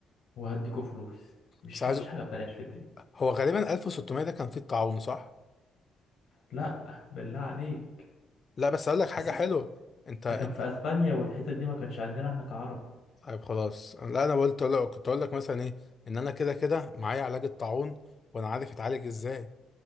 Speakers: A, on the left; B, on the left.
A: وهديكوا فلوس مش
B: بس عايز
A: ما فيش حاجه ببلاش في الدنيا
B: هو غالبا 1600 ده كان فيه الطاعون صح؟
A: لا بالله عليك
B: لا بس اقول لك حاجه
A: بس
B: حلوه انت
A: ده كان في اسبانيا والحتت دي ما كانش عندنا احنا كعرب
B: طيب خلاص لا انا قلت لا كنت اقول لك مثلا ايه ان انا كده كده معايا علاج الطاعون وانا عارف اتعالج ازاي